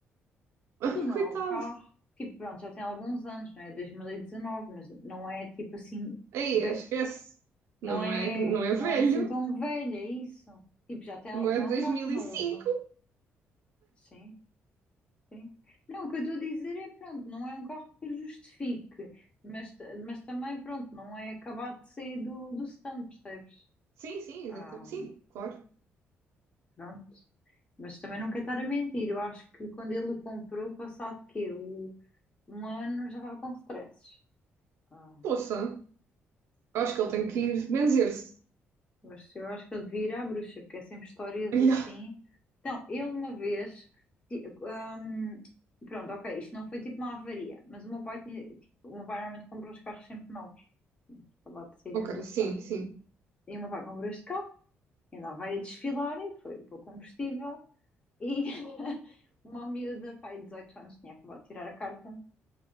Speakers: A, on the right; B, on the left.
A: <laughs>
B: e não
A: Coitado.
B: há um carro. Tipo, pronto, já tem alguns anos, não é? dois mil e dezanove mas não é tipo assim,
A: Aí,
B: tipo, é-
A: esquece. Não
B: não é,
A: é, não é
B: não
A: velho,
B: é assim tão velha isso. Tipo, já tem,
A: não
B: al-
A: é
B: não
A: de
B: é
A: 2005.
B: um carro novo. Sim, sim. Não, o que eu estou a dizer é, pronto, não é um carro que justifique, mas, t- mas também, pronto, não é acabado de sair do, do stand, percebes?
A: Sim, sim,
B: Ah,
A: exatamente. Sim, claro.
B: pronto. Mas também não quero estar a mentir. Eu acho que quando ele o comprou, passado quê? O- Um ano já estava com stresses. Ah,
A: Poça, acho
B: tá.
A: que ele tem que ir benzer-se.
B: Mas eu acho que ele devia ir à bruxa, porque é sempre histórias
A: Ya.
B: assim. Então, ele uma vez. ti- hum, pronto, ok, isto não foi tipo uma avaria, mas o meu pai tinha. Tipo, o meu pai normalmente compra os carros sempre novos. Acabava de sair
A: Ok,
B: mesmo do stand.
A: sim, sim.
B: E o meu pai comprou este carro, e andava aí a desfilar e foi para o combustível. E <laughs> uma miúda, pai, de 18 anos, tinha acabado de tirar a carta.